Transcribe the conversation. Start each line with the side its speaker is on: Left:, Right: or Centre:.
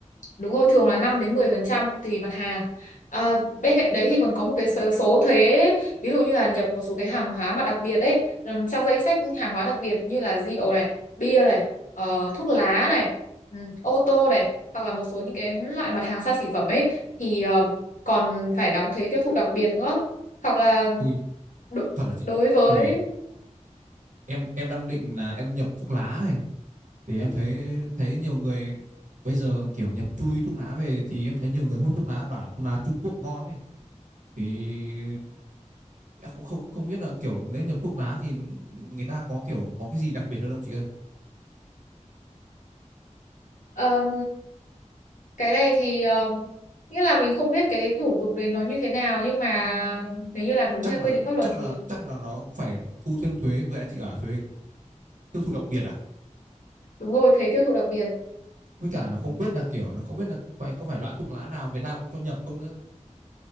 Left: đúng rồi thường là 5 đến 10 phần trăm tùy mặt hàng à, bên cạnh đấy thì còn có một cái số, số thuế ví dụ như là nhập một số cái hàng hóa mà đặc biệt ấy ừm, trong danh sách hàng hóa đặc biệt như là rượu này bia này ờ, thuốc lá này ừm, ô tô này hoặc là một số những cái loại mặt hàng xa xỉ phẩm ấy thì ờ, còn phải đóng thuế tiêu thụ đặc biệt nữa hoặc là
Right: Ui,
Left: đo-
Right: thật là chị.
Left: đối với
Right: Tại vì em em đang định là em nhập thuốc lá này thì em thấy thấy nhiều người bây giờ kiểu nhập chui thuốc lá về thì em thấy nhiều người hút thuốc lá bảo là thuốc lá Trung Quốc ngon ấy. Thì em không không không biết là kiểu nếu nhập thuốc lá thì người ta có kiểu có cái gì đặc biệt hơn không chị ơi?
Left: thật cái này thì ờ, nghĩa là mình không biết cái thủ tục đấy nó như thế nào nhưng mà nếu như làm đúng
Right: Chắc
Left: theo
Right: là
Left: quy định pháp luật
Right: chắc
Left: thì
Right: là chắc là nó phải thu thêm thuế với chị bảo thuế tiêu thụ đặc biệt à?
Left: đúng rồi thuế tiêu thụ đặc biệt
Right: Với cả là không biết là kiểu nó không biết là phải có phải loại thuốc lá nào Việt Nam cũng cho nhập không nữa.